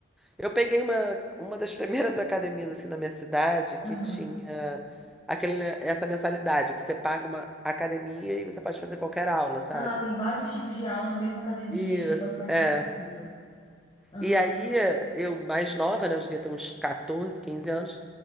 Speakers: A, in the centre; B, on the left (about 25°).
A: Eu peguei uma, uma das <laughs> primeiras academias assim na minha cidade que
B: aham.
A: tinha aquele, né, essa mensalidade, que você paga uma academia e você pode fazer qualquer aula, sabe?
B: Ah, tem vários tipos de aula na mesma academia,
A: Isso,
B: aí você pode participar
A: é.
B: de tudo. Aham,
A: E aí, eh, eu mais nova, né? Eu devia ter uns 14, 15 anos.